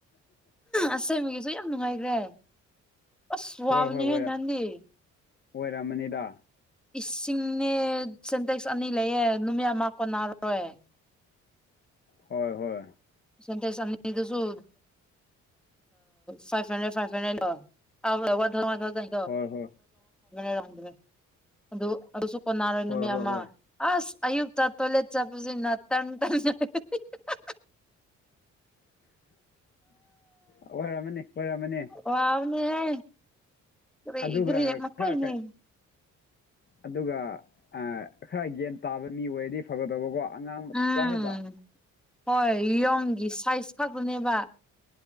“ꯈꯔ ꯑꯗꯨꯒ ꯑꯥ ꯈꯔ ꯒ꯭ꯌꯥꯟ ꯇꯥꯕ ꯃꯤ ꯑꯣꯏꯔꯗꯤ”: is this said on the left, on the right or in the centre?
Left